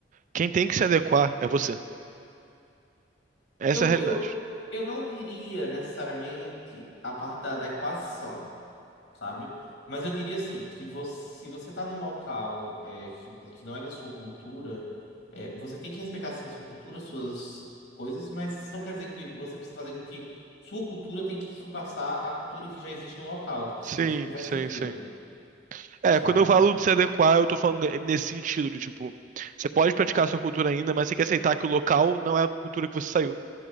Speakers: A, on the right; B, on the left.
A: Quem tem que se adequar é você. Essa
B: Eu,
A: é a realidade.
B: eu, eu não diria necessariamente a parte da adequação, sabe? Mas eu diria assim, que você, se você tá num local é, que, vo- que não é da sua cultura, é, você tem que respeitar sim sua cultura, suas coisas, mas isso não quer dizer que você precisa fazer com que sua cultura tem que surpassar a cultura que já existe no local. Tipo assim,
A: Sim,
B: isso não faz
A: sim,
B: sentido,
A: sim. É,
B: sabe?
A: quando eu falo de se adequar, eu tô falando ne- nesse sentido, de tipo, você pode praticar a sua cultura ainda, mas você tem que aceitar que o local não é a cultura que você saiu.